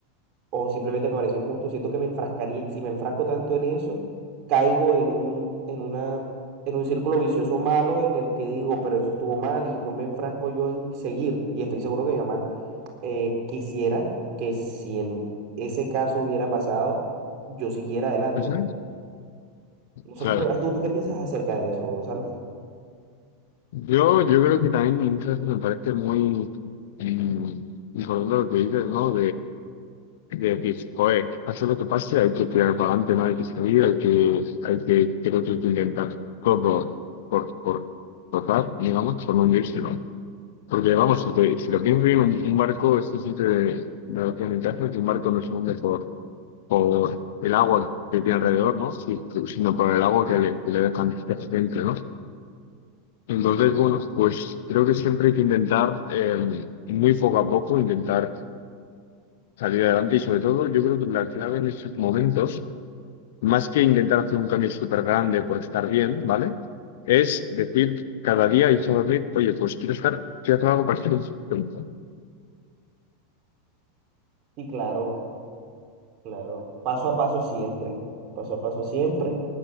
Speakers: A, on the right; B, on the left.
A: o simplemente me pareció injusto. Siento que me enfrascaría, si me enfrasco tanto en eso, caigo en un, en una, en un círculo vicioso malo en el que digo, pero eso estuvo mal y no me enfrasco yo en seguir. Y estoy seguro que mi mamá eh, quisiera que si en ese caso hubiera pasado, yo siguiera adelante.
B: Eso es.
A: No sé
B: Claro.
A: cómo lo ves tú, ¿tú qué piensas acerca de eso, Gonzalo?
B: Yo, yo creo que también muchas veces me parece muy mm, importante lo que dices, ¿no? de que, joder, pase lo que pase, hay que tirar para adelante, no hay que salir, hay que, hay que, creo que hay que intentar todo por, por, tratar, digamos, por no hundirse, ¿no? Porque, vamos, si, te- si lo piensas bien, un, un barco, esto siempre da la ventaja que un barco no se hunde por, por el agua que tiene alrededor, ¿no? Si- sino por el agua que le, que le dejan dentro, ¿no? Entonces, bueno, pues creo que siempre hay que intentar, eh, muy poco a poco, intentar salir adelante y sobre todo yo creo que la clave en estos momentos más que intentar hacer un cambio súper grande por estar bien, ¿vale? Es decir, cada día irse a dormir, oye, pues quiero estar, quiero hacer algo para estar un poquito".
A: Sí, claro, claro. Paso a paso siempre, paso a paso siempre.